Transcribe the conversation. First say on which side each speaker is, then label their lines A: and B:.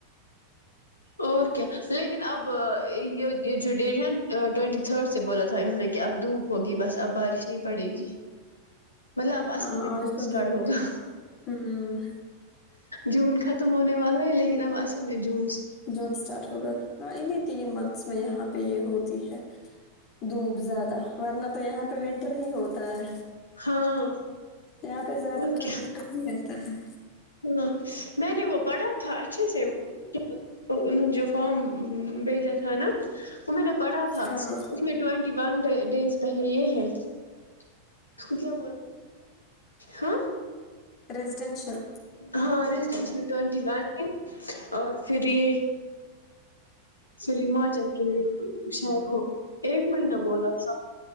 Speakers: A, on the left; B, on the left.
A: اور کیا لیکن اب یہ جو ڈیٹ ہے نا ٹوینٹی تھرڈ سے بولا تھا انہوں نے کہ اب دھوپ ہوگی بس اب بارش نہیں پڑے گی مطلب اب اصل
B: ہاں
A: میں جووم
B: آج تو
A: اسٹارٹ
B: دھوپ
A: ہوگا
B: ہوں
A: جون ختم ہونے والا ہے لیکن اب اصل میں جو
B: جون اسٹارٹ ہوگا ہاں انہیں تین منتھس میں یہاں پہ یہ ہوتی ہے دھوپ زیادہ ورنہ تو یہاں پہ ونٹر ہی ہوتا ہے
A: ہاں
B: یہاں پہ زیادہ
A: اور
B: تر
A: کیا
B: ونٹر ہی ہے تا ہے
A: ہاں میں نے وہ پڑھا تھا اچھے سے انہوں جو فم بھیجا تھا نا وہ میں نے پڑھا تھا
B: ہاں
A: اس میں ٹین ٹی ون ڈ ڈیز پہلے یہ ہے اس کو کیا بول ہاں
B: ریسیڈنشل
A: ہاں ٹ و میں اور پھر یہ پھر ہماچل کے شہر کو ایک مہینہ بولا تھا